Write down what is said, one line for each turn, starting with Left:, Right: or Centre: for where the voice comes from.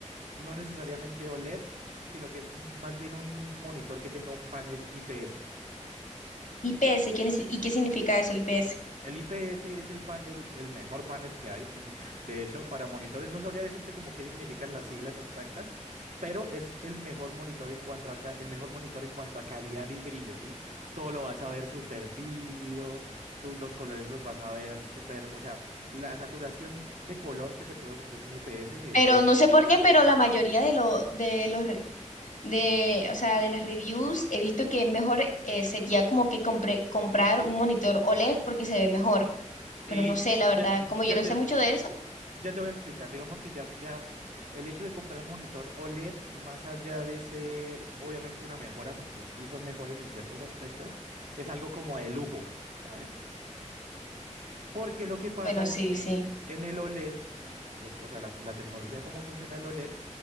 Right: no necesariamente OLED, sino que un- más bien un monitor que tenga un panel IPS.
Left: IPS, ¿quién es- ¿y qué significa eso, IPS?
Right: El IPS es el panel, el mejor panel que hay. <laughs> De hecho, para monitores no sabría decirte como qué significan las siglas exactas, pero es el mejor monitor en cuanto a ca- el mejor monitor en cuanto a calidad y brillo, ¿sí? Todo lo vas a ver súper vívido, su- los colores los vas a ver súper, o sea, la saturación de color que te puede ofrecer un IPS es
Left: Pero
Right: lo
Left: no sé por qué, pero la mayoría de lo, de los re- de, o sea, de las reviews he visto que mejor eh, sería como que compre- comprar un monitor OLED porque se ve mejor. Pero
Right: eh,
Left: no sé, la
Right: ya,
Left: verdad, como
Right: ya
Left: yo no
Right: te,
Left: sé mucho de eso.
Right: Ya te voy a explicar. Digamos que ya, ya el hecho de comprar monitor OLED, más allá de ser obviamente una mejora, porque sí son mejores en ciertos aspectos, es algo como de lujo, ¿sabes? Porque lo que pasa
Left: Bueno, sí,
Right: es que
Left: sí.
Right: en el OLED, lo- o sea, la, la tecnología cómo funciona el OLED,